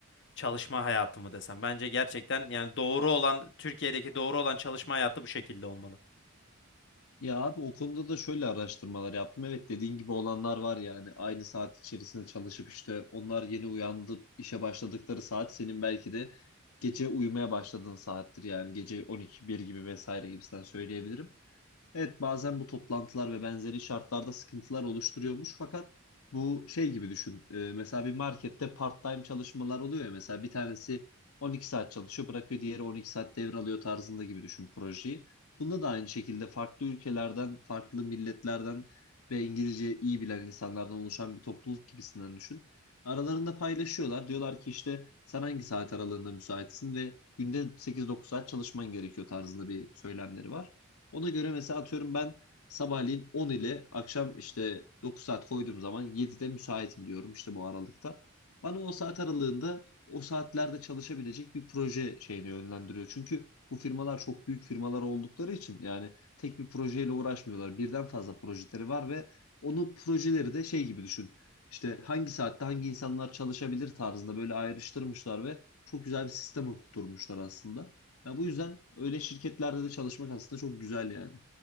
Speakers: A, on the left; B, on the left.
A: çalışma hayatımı desem. Bence gerçekten yani doğru olan Türkiye'deki doğru olan çalışma hayatı bu şekilde olmalı.
B: Ya abi o konuda da şöyle araştırmalar yaptım. Evet dediğin gibi olanlar var yani. Aynı saat içerisinde çalışıp işte onlar yeni uyandı işe başladıkları saat senin belki de gece uyumaya başladığın saattir yani. Gece 12 bir gibi vesaire gibisinden söyleyebilirim. Evet bazen bu toplantılar ve benzeri şartlarda sıkıntılar oluşturuyormuş fakat bu şey gibi düşün. Ee, mesela bir markette part-time çalışmalar oluyor ya mesela bir tanesi 12 saat çalışıyor bırakıyor diğeri 12 saat devralıyor tarzında gibi düşün projeyi. Bunda da aynı şekilde farklı ülkelerden, farklı milletlerden ve İngilizce iyi bilen insanlardan oluşan bir topluluk gibisinden düşün. Aralarında paylaşıyorlar. Diyorlar ki işte sen hangi saat aralığında müsaitsin ve günde 8-9 saat çalışman gerekiyor tarzında bir söylemleri var. Ona göre mesela atıyorum ben sabahleyin 10 ile akşam işte 9 saat koyduğum zaman 7'de müsaitim diyorum işte bu aralıkta. Bana o saat aralığında o saatlerde çalışabilecek bir proje şeyini yönlendiriyor. Çünkü bu firmalar çok büyük firmalar oldukları için yani tek bir projeyle uğraşmıyorlar. Birden fazla projeleri var ve onun projeleri de şey gibi düşün. İşte hangi saatte hangi insanlar çalışabilir tarzında böyle ayrıştırmışlar ve çok güzel bir sistem oturtmuşlar aslında. Ya bu yüzden öyle şirketlerde de çalışmak aslında çok güzel yani.